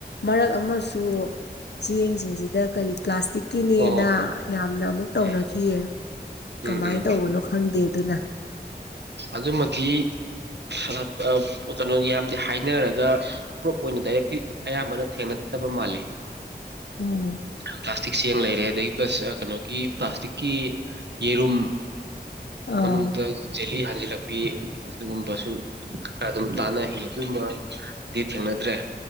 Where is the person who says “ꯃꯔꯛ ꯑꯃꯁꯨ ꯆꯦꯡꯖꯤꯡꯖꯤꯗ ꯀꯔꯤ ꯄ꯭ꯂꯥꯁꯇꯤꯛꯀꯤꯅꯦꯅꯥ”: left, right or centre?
Left